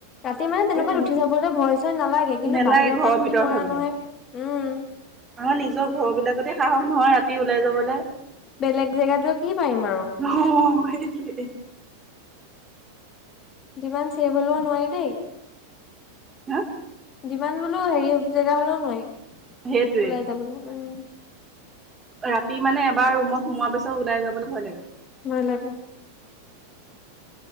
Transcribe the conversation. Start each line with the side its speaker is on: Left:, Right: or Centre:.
Left: ৰাতি মানে তেনেকুৱাত
Right: সেইটো
Left: উঠি যাবলৈ ভয় চয় নালাগে কিন্তু
Right: নেলাগে
Left: বাহিৰৰ
Right: ঘৰৰ
Left: পৰা তুমি
Right: ভিতৰত
Left: নোৱাৰা
Right: হলে
Left: নহয় উম
Right: আমাৰ নিজৰ ঘৰবিলাকতে সাহস নহয় ৰাতি ওলাই যাবলৈ
Left: বেলেগ জেগাটোৱে কি পাৰিম আৰু
Right: অ সেইটোৱেই।
Left: যিমান চেফ হ'লেও নোৱাৰি দেই
Right: হা
Left: যিমান বোলো হেৰি জেগা হ'লেও নোৱাৰি
Right: সেইটোৱে।
Left: ওলাই যাবলৈ
Right: মানে
Left: উম
Right: ৰাতি মানে এবাৰ ৰুমত সোমোৱাৰ পিছত ওলাই যাবলৈ ভয় লাগে
Left: ভয় লাগে